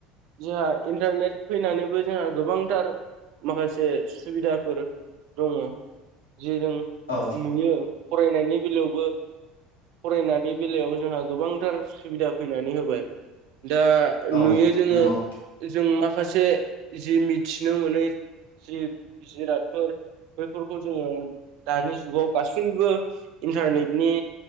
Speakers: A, on the right; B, on the left.
A: जोंहा इन्टारनेट फैनानैबो जोंहा गोबांथार माखासे सुबिदाफोर दङ जेजों
B: औ
A: नुयो फरायनायनि बेलायावबो फरायनायनि बेलायाव जोंहा गोबांथार सुबिदा फैनानै होबाय। दा
B: औ
A: नुयो जोङो
B: नंगौ
A: जों माखासे जि मिथिनो मोनै जि जिरादफोर बैफोरखौ जोङो दानि जुगाव गासैबो इन्टारनेटनि